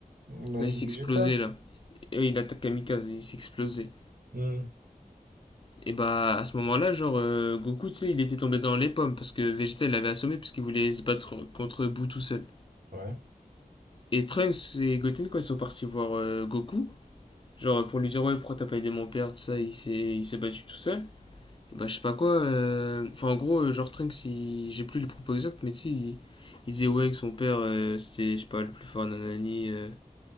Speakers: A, on the right; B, on the left.
A: Imagine
B: quand il s'est
A: Vegeta.
B: explosé, là, et euh, il attaque Kamikaze, il s'est explosé.
A: Hmm.
B: Et bah, à ce moment-là, genre, euh, Goku, tu sais, il était tombé dans les pommes, parce que Vegeta, il l'avait assommé, puisqu'il voulait se battre contre Boo tout seul.
A: Ouais.
B: Et Trunks et Goten, quand ils sont partis voir euh, Goku, genre, pour lui dire, ouais, pourquoi t'as pas aidé mon père, tout ça, il s'est il s'est battu tout seul. bah, je sais pas quoi. euh, Enfin, en gros, euh, genre Trunks, il- j'ai plus les propos exacts, mais tu sais, il... il disait ouais que son père, euh, c'était, je sais pas, le plus fort nanani. euh.